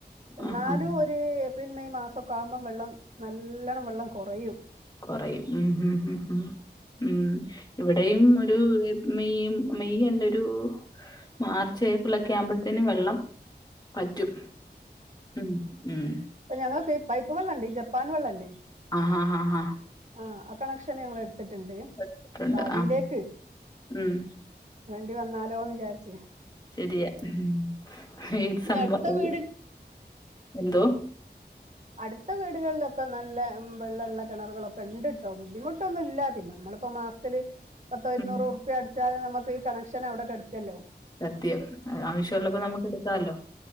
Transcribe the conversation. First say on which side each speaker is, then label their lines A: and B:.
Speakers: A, on the right; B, on the left.
A: എന്നാലും
B: ആ ആ
A: ഒര് ഏപ്രിൽ മെയ് മാസൊക്കെ ആകുമ്പം വെള്ളം നല്ലണം വെള്ളം കൊറയും.
B: കൊറയും മ് മ് മ് ഇവിടെയും ഒരു മെയും മെയ്യെല്ലെരു മാർച്ച് ഏപ്രിൽ ഒക്കെ ആവുമ്പഴ് ത്തേന് വെള്ളം പറ്റും ഉം ഉം
A: ഞങ്ങൾക്ക് പൈപ്പ് വെള്ളണ്ട് ഈ ജപ്പാൻ വെള്ളല്ലേ
B: ആഹാഹാഹാ!
A: ആഹാ ആ കണക്ഷന് ഞങ്ങളെടുത്തിട്ട്ണ്ട്
B: കേട്ടിട്ടുണ്ട്.
A: ഭാവിയിലേക്ക്
B: ആ. ഉം.
A: വേണ്ടി വന്നാലോ വിചാരിച്ച്
B: ശെരിയ ഉം ഏഹ്
A: ഇനി
B: സംഭ
A: അടുത്ത
B: ഏഹ്
A: വീട്
B: എന്തോ
A: അട്ത്ത വീടുകള്ലൊക്കെ നല്ല ഉം വെള്ളള്ള കെണറ്കളൊക്കെ ഇണ്ട് ട്ടൊ ബുദ്ധിമുട്ടൊന്നുല്ല പിന്നെ നമ്മള്പ്പോ മാസത്തില് പത്തോ ഇരുന്നൂറാ
B: ഉം.
A: റുപ്യ അട ഉച്ചായാ നമക്ക് ഈ കണക്ഷന് അവടെ കെട്ക്കുല്ലോ
B: സത്യം ആവശ്യം ഉള്ളപ്പോ നമുക്ക് എട്ക്കാല്ലോ